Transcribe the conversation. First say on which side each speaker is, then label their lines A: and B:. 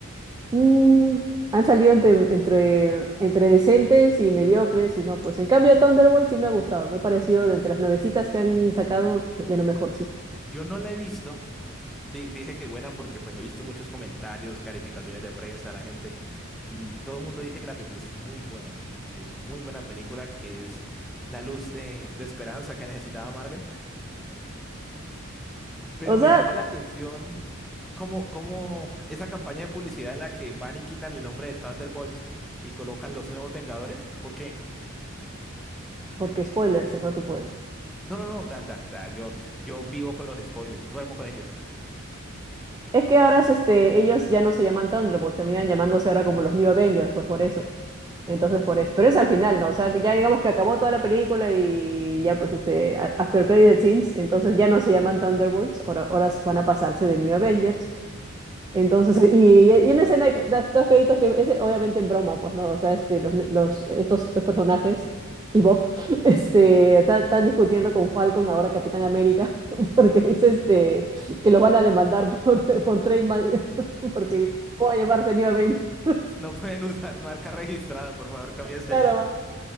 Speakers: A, on the right; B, in the centre.
A: mm, han salido entre, entre, entre decentes y mediocres y no, pues en cambio Thunderbolt sí me ha gustado, me ha parecido de entre las nuevecitas que han sacado de lo mejorcito.
B: Yo no la he visto, Di- Dije que buena porque pues he visto muchos comentarios, calificaciones de prensa de la gente y todo el mundo dice que la película es muy buena, que es muy buena película, que es la luz de, de esperanza que necesitaba Marvel. <laughs> Pero
A: O sea,
B: me llama la atención cómo, cómo esa campaña de publicidad en la que van y quitan el nombre de Thunderbolts y colocan los nuevos Vengadores. ¿Por qué?
A: porque spoilers, no te puedo
B: No, no, no, da, da, da, yo, yo vivo con los spoilers, duermo con ellos.
A: Es que ahora este, ellos ya no se llaman Thunderbolts, terminan llamándose ahora como los New Avengers, pues por eso. Entonces, por eso. Pero es al final, ¿no? O sea, ya digamos que acabó toda la película y ya pues este, a- after credit scenes, entonces ya no se llaman Thunderbolts, ahora, ahora van a pasarse de New Avengers. Entonces, <laughs> y, y en la escena hay dos créditos que es obviamente en broma, pues, ¿no? O sea, este, los, los, estos, estos personajes y Bob <laughs> este, está- están discutiendo con Falcon, ahora Capitán América, <laughs> porque dice este, que los van a demandar <laughs> por, por trademark, <laughs> porque ¿cómo va a llamarse New Avenger? <laughs>
B: No pueden usar marca registrada, por favor, cámbiense
A: Claro,
B: el nombre.